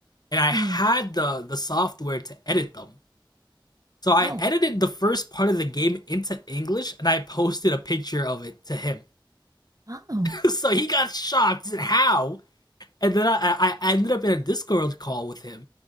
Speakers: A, on the left; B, on the right.
A: and I
B: hmm
A: had the the software to edit them. So I
B: Oh.
A: edited the first part of the game into English and I posted a picture of it to him.
B: Oh.
A: <laughs> so he got shocked. He said, How? And then I, I, ended up in a Discord call with him,